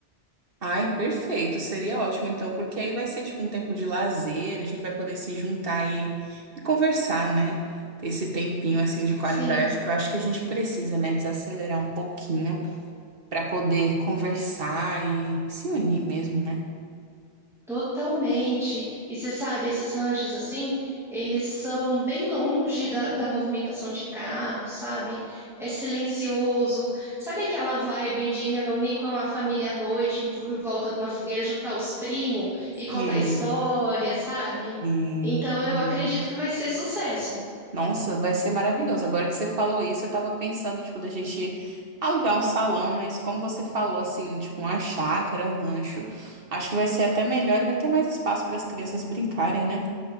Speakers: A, on the right; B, in the centre.
A: Ai, perfeito, seria ótimo então, porque aí vai ser tipo um tempo de lazer, a gente vai poder se juntar e, e conversar, né? Ter esse tempinho assim de qualidade
B: Sim.
A: que eu acho que a gente precisa, né? Desacelerar um pouquinho para poder conversar e se unir mesmo, né?
B: Totalmente. E você sabe, esses ranchos assim, eles são bem longe da, da movimentação de carro, sabe? É silencioso. Sabe aquela vibe de reunir com a família à noite, em em volta de uma fogueira, juntar os primos e contar
A: Sim,
B: história, sabe?
A: sim,
B: Então eu
A: sim.
B: acredito que vai ser sucesso.
A: Nossa, vai ser maravilhoso. Agora que você falou isso, eu tava pensando, tipo, da gente alugar um salão, mas como você falou, assim, tipo, uma chácara, um rancho, acho que vai ser até melhor e vai ter mais espaço para as crianças brincarem, né?